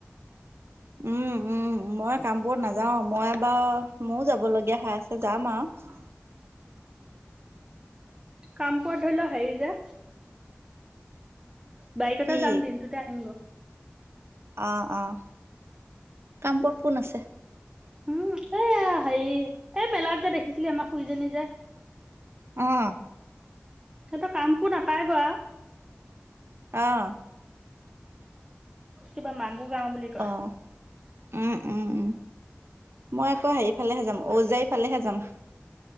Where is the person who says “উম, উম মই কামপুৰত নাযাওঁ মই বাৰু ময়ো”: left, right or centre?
Right